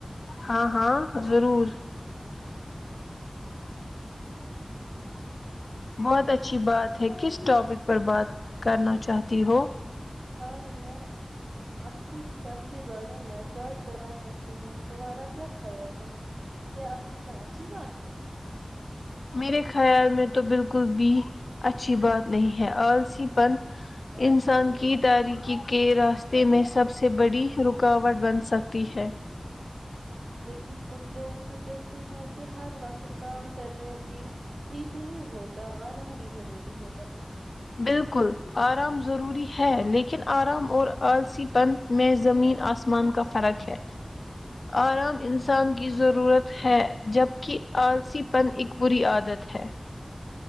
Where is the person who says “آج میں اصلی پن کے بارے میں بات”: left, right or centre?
Right